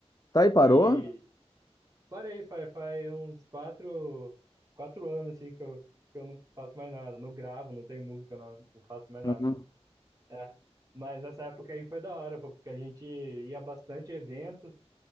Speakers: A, on the left; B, on the right.
A: Tá e parou?
B: E, Parei, faz, faz uns quatro, quatro anos assim que eu, que eu não faço mais nada. Não gravo, não tenho música, não, não faço mais nada.
A: Aham.
B: É. Mas nessa época aí foi da hora, pô, porque a gente ia bastante evento